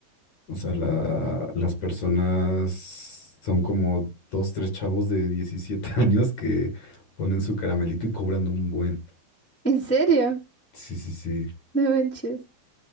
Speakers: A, on the left; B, in the centre.
A: O sea, la- las personas son como dos, tres chavos de 17 <laughs> años que ponen su caramelito y cobran un buen.
B: <laughs> ¿En serio?
A: Sí, sí, sí.
B: No manches.